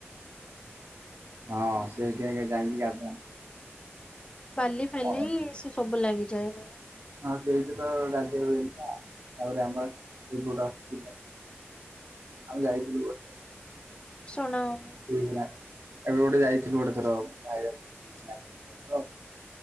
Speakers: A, on the right; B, on the left.
A: ହଁ ସେଇଠି ଆଗେ ଯାଇକି ଗାଧା।
B: ବାଲି ଫାଲି
A: ଗୋଟେ।
B: ସେ ସବୁ ଲାଗିଯାଏ। ହୁଁ
A: ହଁ ସେଇଠି ତ ଗାଧେଇ ହୁଏନି ନା ତାପରେ ଆମର ସେଇଠି ଗୋଟେ ଅଛି। ଆମେ ଯାଇଥିଲୁଗୋଟେ।
B: ଶୁଣାଉନି।
A: <unintelligible> ଏବେ ଗୋଟେ ଯାଇଥିଲୁ ଗୋଟେ ଥର <unintelligible>